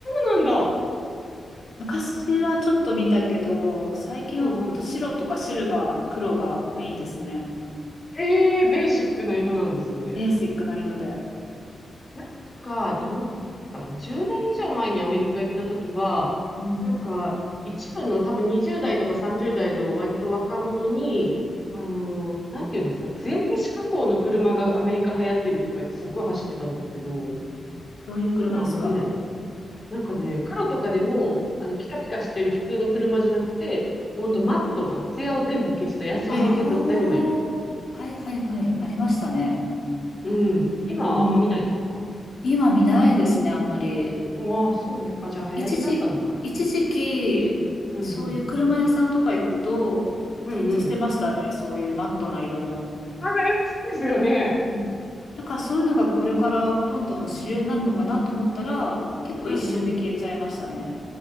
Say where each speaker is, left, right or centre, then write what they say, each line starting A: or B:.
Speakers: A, on the left; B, on the left.
A: そうなんだ。
B: 昔はちょっと見たけど、最近はほんと白とかシルバー、
A: うんうん。
B: 黒がメインですね。
A: ええー、ベーシックな色なんですね。
B: ベーシックな色で。
A: なんか、どの、かな ?10 年以上前にアメリカ行った時は、
B: うん。
A: なんか、一部の多分20代とか30代の割と若者に、あの、なんていうんですか、艶消し加工の車がアメリカ流行ってるとか言ってすっごい走ってたんですけど、
B: うんうんうんどういう車ですか
A: そういうのあんま見ないです。なんかね、黒とかでも、あの、ピカピカしてる普通の車じゃなくて、もうほんとマットな、
B: うんうん
A: ツヤを全部消した、ヤスリで削ったような色。
B: ああ、はいはいはい。ありましたね。
A: うん。今はあんま見ないですか
B: うん。今見ないですね、あんまり。
A: ああ、そうね。やっぱじゃあ流行りだったのかな。
B: 一時、一時期、
A: うんうん。
B: そういう車屋さんとか行くと、
A: うんうん。
B: 展示してましたね。そういうマットな色の。
A: ああ、やっぱそうですよね。
B: うんだからそういうのがこれからどんどん主流になるのかなと思ったら、結構一瞬で消えちゃいましたね。
A: うんうん。